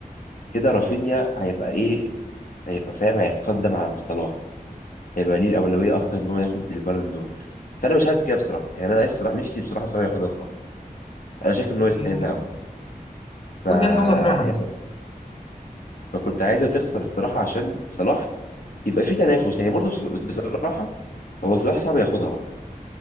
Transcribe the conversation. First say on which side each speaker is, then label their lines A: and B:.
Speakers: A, on the left (about 65°); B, on the left (about 40°).
A: كده رافينيا هيبقى ايه هيبقى فاهم هيتقدم عن صلاح هيبقى ليه الأولوية أكتر إن هو ياخد البالون دور فأنا مش حابب كده بصراحة يعني أنا عايز صلاح نفسي بصراحة صلاح ياخدها في مرة أنا شايف إن هو
B: مم.
A: يستاهلها أوي ف
B: وجهة نظر فعلا
A: يعني- فكنت عايزها تخسر الصراحة عشان صلاح يبقى في تنافس يعني برضه بصر- بصراحة هو صلاح صعب ياخدها برضه